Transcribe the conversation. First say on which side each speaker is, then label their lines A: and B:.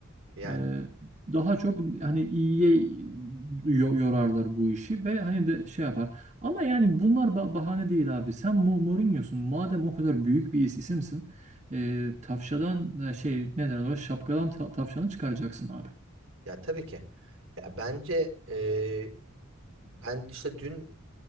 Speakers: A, on the right; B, on the right.
A: Yani.
B: Ee, daha çok hani iyiye yo- yorarlar bu işi ve hani de şey yapar. Ama yani bunlar ba- bahane değil abi. Sen Mu- Mourinho'sun. Madem o kadar büyük bir is- isimsin, e, tavşadan e, şey ne derler ona, şapkadan ta- tavşanı çıkaracaksın abi.
A: Ya tabii ki. Ya bence e, ben işte dün